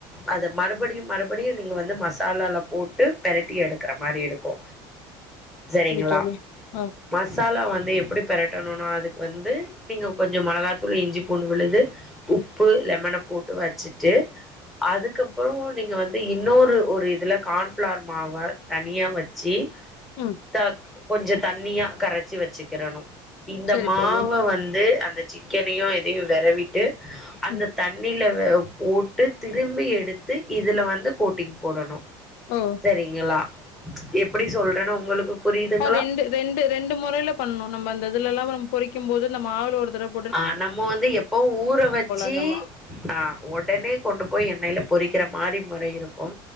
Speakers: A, in the centre; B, on the left.
A: அது மறுபடியு மறுபடியு நீங்க வந்து மசாலால போட்டு பேரட்டி டி எடுக்கற மாரி இருக்கு சரிங்களா
B: சரி தோழி ஆ
A: மசாலா வந்து எப்படி பெரட்டணுனா அதுக்கு வந்து நீங்க கொஞ்சு மொளகாத்தூள் இஞ்சி பூண்டு விழுது உப்பு லெமன போட்டு வெச்சிட்டு அதுக்கப்புறோ நீங்க வந்து இன்னொரு ஒரு இதுல கான்ஃபிளார் மாவ தனியா வெச்சி
B: ம்
A: த கொஞ்சு தண்ணியா கரச்சி வச்சிக்கறணு இந்த
B: சரி
A: மாவ
B: தோழி
A: வந்து அந்த சிக்கனயு இதையு வெரவிட்டு அந்த
B: ம்
A: தண்ணில வே போட்டு திரும்பி எடுத் து இதுல வந்து கோட்டிங் போடணு
B: ஓ
A: சரிங்களா எப்படி சொல்றேன்னு உங்களுக்கு புரியுதுங்களா
B: ஆ ரெண்டு ரெண்டு ரெண்டு முறைல பண்ணணு நம்ம இந்த இதுலல்லா நம்ம பொறிக்கும் போது இந்த மாவள ஒருதடவ
A: ஆ நம்ம வந்து எப்போவு ஊற வச்சி
B: அந்த மா
A: ஆ ஒடனே கொண்டு போய் எண்ணெய்ல பொறிக்கிற மாரி முறை இருக்கு